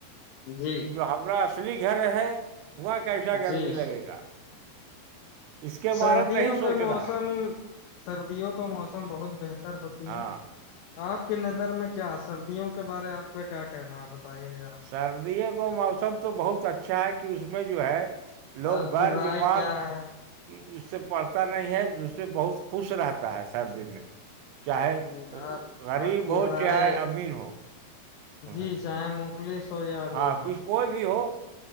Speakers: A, on the left (about 80°); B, on the right (about 85°).
A: جی
B: کہ جو ہمرا گھر ہے وہاں کیسا گرمی
A: جی
B: لگے گا اس کے بارے
A: سردیوں
B: میں نہیں سوچ
A: کا موسم
B: رہا ہے
A: سردیوں کا موسم بہت بہتر ہوتی
B: ہاں
A: ہے آپ کی نظر میں کیا سردیوں کے بارے آپ کا کیا کہنا ہے بتائیے ذرا
B: سردیوں کو موسم تو بہت اچھا ہے کہ اس میں جو ہے لوگ
A: آپ
B: بار
A: کی رائے
B: بیمار
A: کیا ہے
B: اس سے پڑتا نہیں ہے جس سے بہت خوش رہتا ہے سردی میں چاہے
A: جی آپ
B: غریب
A: کی
B: ہو
A: رائے
B: چاہے امیر ہو سمجھ
A: جی
B: گیا
A: چاہے مفلس ہو یا امیر
B: ہاں
A: ہو
B: کچھ کوئی بھی ہو